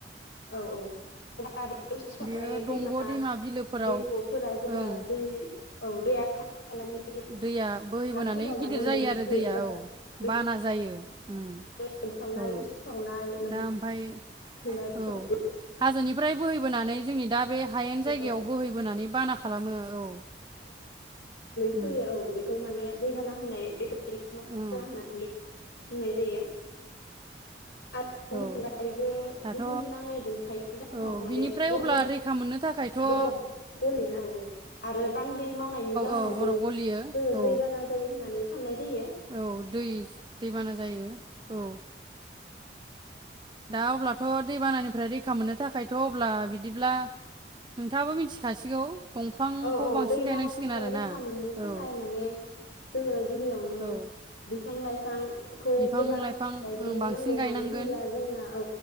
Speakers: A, on the left; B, on the right.
A: औ औ अब्ला बे उसिफावनाय
B: बेयो दंग'
A: दैमा
B: बिलोफोराव
A: दैब' फोरा जेब्ला
B: ओं
A: दै औ दैया खालानि
B: दैया बोहैबोनानै
A: हालामफोराव माने
B: गिदिर जायो
A: लोमफैयो
B: आरो दैया औ
A: बेखौ
B: बाना जायो उम
A: लोमसावनाय
B: औ
A: उसिफावनाय लोम
B: दा ओमफाय
A: <unintelligible>
B: औ हाजोनिफ्राय बोहै बोनानै जोंनि दा बे हायेन जायगायाव
A: आरो
B: बोहैबोनानै बाना खालामो औ
A: फैयो
B: उम
A: औ बेखौ माने दैबाना होननाय बेफोरबायदिखौ माने
B: उम
A: दैबाना होननानै बुंनाय जायो <inaudible> <unintelligible> अनगायैबो
B: औ दाथ'
A: बुहुम नाङै दुंथायनि जाव
B: औ
A: माने
B: बिनिफ्राय
A: बर
B: अब्ला रैखा मोननो थाखायथ' औ
A: बरफ गलि नांगौ औ आरो बांग्रिं मावनायनि जाहोनावबो
B: औ बरफ गलियो
A: जोङो
B: औ
A: दैबाना जायो होननानै साननाय जायो
B: औ दै दैबाना जायो औ दा अब्लाथ' दैबानानिफ्राय रैखा मोननो थाखायथ' अब्ला बिदिब्ला नोंथाङाबो मिथिखासिगौ दंफांखौ
A: औ औ
B: बांसिन
A: दैबानानिफ्राय
B: गायनांसिगोन आरोना
A: रैखा मोननो थाखाय
B: औ
A: माने जोङो गिबियावनो
B: औ
A: बिफां लाइ फां खौ
B: बिफां
A: गोबां
B: लाइफां
A: गायग्रोनो
B: ओं बांसिन
A: नांगौ
B: गायनांगोन
A: मानो होनब्ला जोंना औ